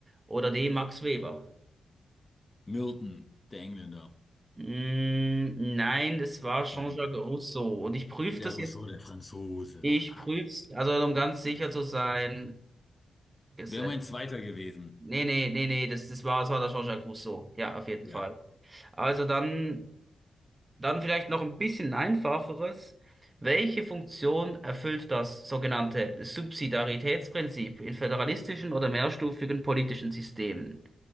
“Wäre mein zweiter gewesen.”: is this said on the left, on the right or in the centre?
Left